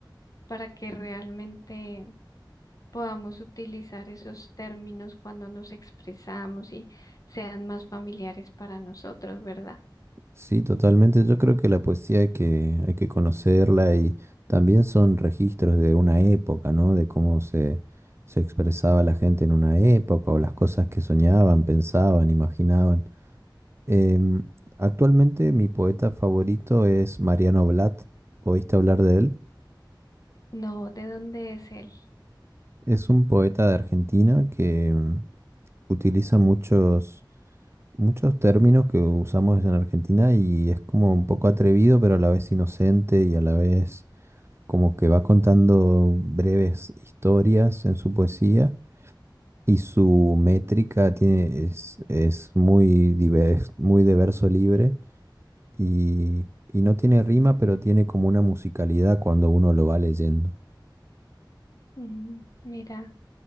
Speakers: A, on the left; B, on the right.
A: para que realmente podamos utilizar esos términos cuando nos expresamos y sean más familiares para nosotros, ¿verdad?
B: Sí, totalmente. Yo creo que la poesía hay que, hay que conocerla y también son registros de una época, ¿no? De cómo se, se expresaba la gente en una época o las cosas que soñaban, pensaban, imaginaban. Em, actualmente mi poeta favorito es Mariano Blatt. ¿Oíste hablar de él?
A: No, ¿de dónde es él?
B: Es un poeta de Argentina que mm, utiliza muchos, muchos términos que usamos en Argentina y es como un poco atrevido, pero a la vez inocente y a la vez como que va contando breves historias en su poesía y su métrica tiene, es, es muy diverso, muy de verso libre y, y no tiene rima, pero tiene como una musicalidad cuando uno lo va leyendo.
A: Mm, mira,